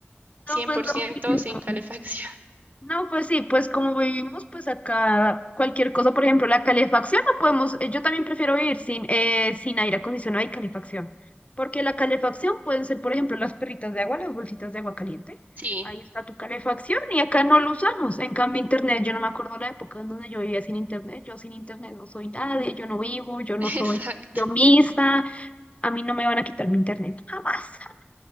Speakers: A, on the right (about 45°); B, on the left (about 30°).
A: cien
B: No, pues
A: por
B: lo
A: ciento
B: mismo.
A: sin calefacción. <laughs>
B: No, pues sí, pues como vivimos, pues acá cualquier cosa, por ejemplo, la calefacción, no podemos, eh, yo también prefiero vivir sin, eh, sin aire acondicionado y calefacción, porque la calefacción pueden ser, por ejemplo, las perritas de agua, las bolsitas de agua caliente,
A: Sí,
B: ahí está tu calefacción y acá no lo usamos, en cambio internet, yo no me acuerdo la época en donde yo vivía sin internet, yo sin internet no soy nadie, yo no vivo, yo no
A: <laughs>
B: soy
A: exacto,
B: yo misma, a mí no me van a quitar mi internet, jamás, jamás.